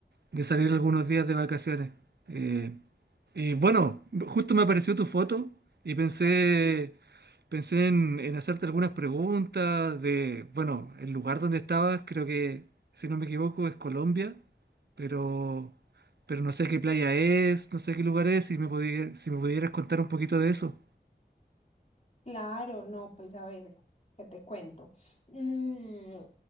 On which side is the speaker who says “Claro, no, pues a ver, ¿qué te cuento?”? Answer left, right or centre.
Left